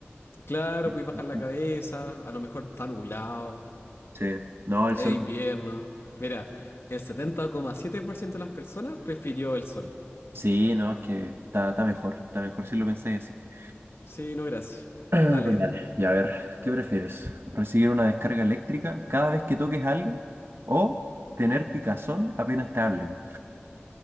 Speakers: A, on the left; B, on the right.
A: Claro,
B: sí,
A: puedes bajar la
B: sí.
A: cabeza, a lo mejor está nublado.
B: Sí, no, el
A: Es
B: sol.
A: invierno. Mira, el setenta coma siete por ciento de las personas prefirió el sol.
B: Sí, no, es que está, está mejor, está mejor si lo pensáis así. <clears throat>
A: Sí, no, gracias.
B: Ah,
A: Dale.
B: Pero dale, y a ver, ¿qué prefieres? ¿Recibir una descarga eléctrica cada vez que toques a alguien o tener picazón apenas te hablen?